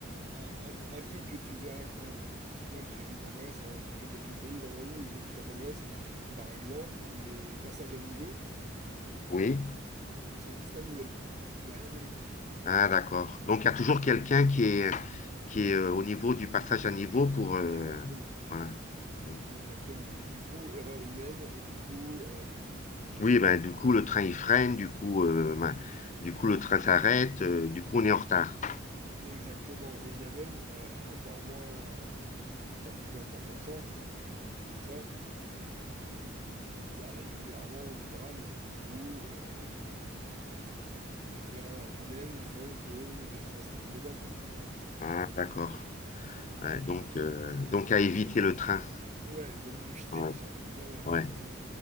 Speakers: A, on the right (about 35°); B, on the left (about 35°).
A: un, un- un truc que tu verras, euh, moi que j'ai vu qu'en Grèce, hein, j'ai fait quelques pays dans ma vie et j'ai vu ça qu'en Grèce. Par exemple, les passages à niveau,
B: Oui.
A: ils sont tous manuels. Il n'y a rien d'électrique.
B: Ah, d'accord. Donc, il y a toujours quelqu'un qui est, qui est euh, au niveau du passage à niveau pour... euh,
A: Exactement.
B: voilà. Mm.
A: Exactement. Et du coup, erreur humaine, et du coup, euh, compliqué.
B: Oui, ben, du coup, le train, il freine, du coup, euh, ben, du coup, le train s'arrête, euh, du coup, on est en retard.
A: Exactement. Et il y a même euh, encore moins, encore plus important que ça, plus compliqué que ça, euh, il y a régulièrement des drames où euh, des, des erreurs humaines font que des trains se rentrent dedans, quoi.
B: Ah, d'accord. Ouais,
A: Et
B: donc, euh, donc, à
A: donc
B: éviter
A: ça,
B: le train.
A: ouais, vaut mieux <laughs> éviter
B: Ouais,
A: le train. Ouais, ouais,
B: ouais,
A: c'est clair.